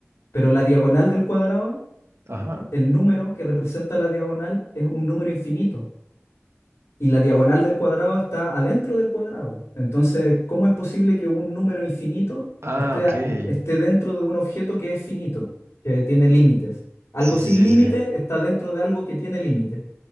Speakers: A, on the left; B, on the right.
A: pero la diagonal del cuadrado,
B: Ajá.
A: el número que representa la diagonal, es un número infinito. Y la diagonal del cuadrado está adentro del cuadrado. Entonces, ¿cómo es posible que un número infinito
B: Ah,
A: esté,
B: ok.
A: a-
B: Sí,
A: esté dentro de un objeto que es finito, que tiene límites? Algo
B: sí,
A: sin
B: sí, sí,
A: límite
B: sí.
A: está dentro de algo que tiene límites.